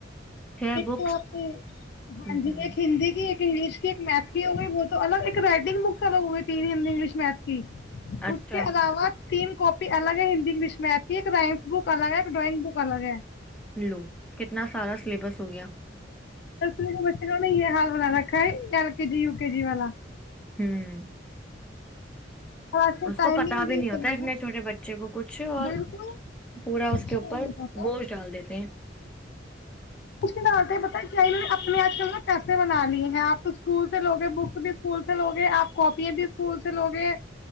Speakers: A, in the centre; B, on the left (about 60°).
A: خیر
B: ایک
A: بک
B: تو آپ ہاں
A: ہوں
B: جی
A: ہوں
B: ایک ہند کی ایک انگلش کی ایک میت کی ہو گئی وہ تو الگ ایک رائڈنگ بکس الگ ہو گئی تین ہی انگلش میھ کی
A: اچھا
B: اس کے علاوہ تین کاپی الگ ہے ہندی انگلش میں آتی ہے ایک رائمس بک الگ ہے ایک ڈرائنگ بک الگ ہے
A: لو کتنا سارا <unintelligible> سلیبس ہو گیا
B: تو کے بچے نے یہ حال بنا رکھا ہے ایل کے جی و کے جی والا
A: ھمم
B: اور آج کل
A: اس کو
B: ٹائمنگ
A: پتا بھی نہیں
B: اتنا
A: ہوتا اتنے
B: ہے
A: چھوٹے بچے کو کچھ اور
B: بالکل
A: پورا اس
B: کچھ
A: کے اوپر
B: نہیں نہیں پتا
A: بوجھ ڈال دیتے ہیں
B: کچھ ڈال بت کیا اپنے آج کل میں پیسے بنا لیے ہیں آپ تو اسکول سے لوگے بکس بھی اسکول سے لوگے آپ کاپی بھی اسکول سے لوگے